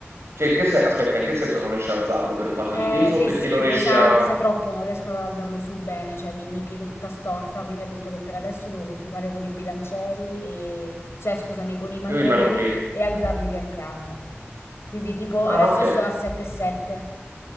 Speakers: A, on the right (about 80°); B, on the left (about 70°).
A: Cioè, in che se- aspetta, in che senso non riesci a alzarlo? Per un fatto
B: Eh,
A: di peso
B: pe-
A: o perché
B: sì,
A: non riesci
B: pesa,
A: a...
B: pesa troppo, non riesco ad alzarlo su bene, cioè mi, mi piego tutta storta, quindi ha detto che per adesso devo continuare con i bilancieri e, cioè scusami, con i manubri
A: Io i manubri.
B: e alzarli piano piano. Quindi tipo
A: Ah,
B: adesso
A: ok.
B: sto a 7,7,